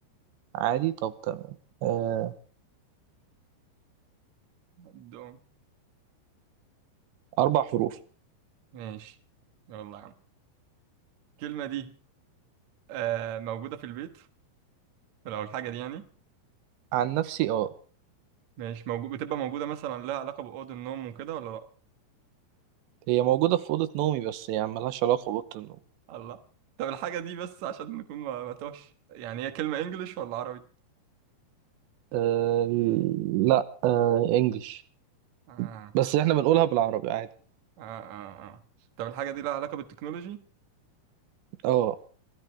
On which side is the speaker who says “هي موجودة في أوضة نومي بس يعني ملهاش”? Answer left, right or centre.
Right